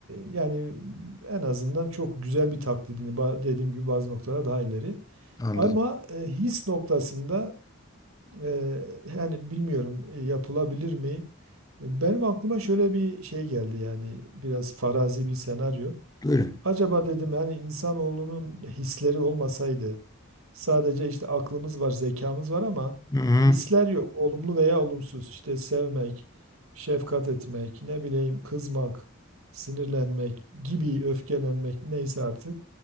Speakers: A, on the right (about 85°); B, on the left (about 15°).
A: yani en azından çok güzel bir taklidini ba- dediğim gibi bazı noktalara daha ileri.
B: Anladım.
A: Ama e, his noktasında Eee, yani bilmiyorum e, yapılabilir mi? E, Benim aklıma şöyle bir şey geldi yani biraz farazi bir senaryo.
B: Buyurun.
A: Acaba dedim yani insanoğlunun hisleri olmasaydı sadece işte aklımız var, zekamız var ama
B: Hı hı.
A: hisler yok. Olumlu veya olumsuz işte sevmek, şefkat etmek, ne bileyim kızmak, sinirlenmek gibi öfkelenmek neyse artık.